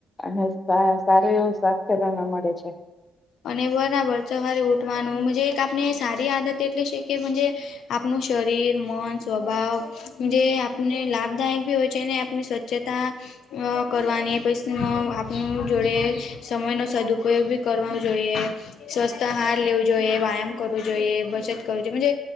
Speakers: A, on the left; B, on the left.
A: અને સા સારું એવું સ્વાસ્થ્ય તમને મળે છે.
B: અને બરાબર સવારે ઉઠવાનું મજે એક આપને સારી આદત એટલી શે કે મન્જે, આપનું શરીર, મન, સ્વભાવ જે આપને લાભદાયક ભી હોય છે ને આપને શ જતાં અ કરવાની પૈસીનો આપનું જોડે સમયનો સદુપયોગી બિ કરવા, જોયે સ્વસ્થ આહાર લેવું જોઈએ, વ્યાયામ કરવું જોઈએ, બચત કરવુ જોયે, મજે